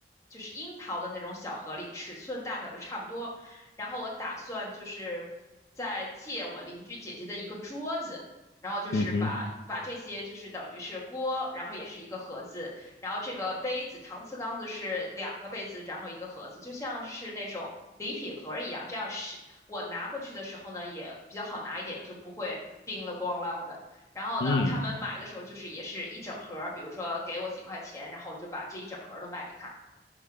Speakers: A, on the left; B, on the left.
A: 就是樱桃的那种小盒里，尺寸大小就差不多。然后我打算就是再借我邻居姐姐的一个桌子。然后就是把把这些就是等于是锅，
B: 嗯哼，
A: 然后也是一个盒子，然后这个杯子搪瓷缸子是两个杯子，然后一个盒子，就像是那种礼品盒一样，这样十我拿过去的时候呢，也比较好拿一点，就不会叮了咣啷的。然后呢，
B: 嗯，
A: 他们买的时候就是也是一整盒比如说给我几块钱，然后我就把这一整盒都卖给他。